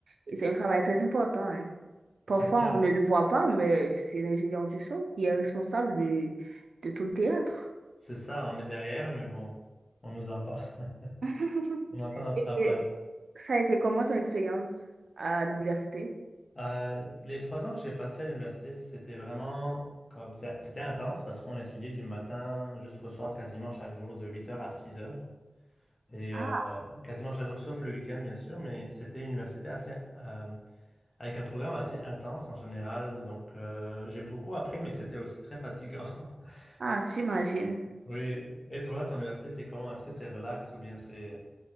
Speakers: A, on the right (about 80°); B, on the left (about 45°).
A: Et c'est un travail très important, hein. Parfois,
B: C'est ça,
A: on ne le voit pas, mais c'est l'ingénieur du son qui est responsable de, de tout le théâtre.
B: c'est ça, on est derrière, mais bon, on nous entend,
A: <laughs>
B: <laughs> on entend notre
A: Et
B: travail.
A: et ça a été comment ton expérience à l'université?
B: Euh, les trois ans que j'ai passés à l'université, c'était vraiment comme ça- c'était intense parce qu'on étudiait du matin jusqu'au soir, quasiment chaque jour, de 8 heures à 6 heures. Et
A: Ah,
B: euh, quasiment chaque jour, sauf le week-end, bien sûr, mais c'était une université assez, euh, avec un programme assez intense en général. Donc, euh, j'ai beaucoup appris, mais c'était aussi très fatigant. <laughs>
A: ah, j'imagine.
B: Oui. Et toi, ton université, c'est comment? Est-ce que c'est relax ou bien c'est...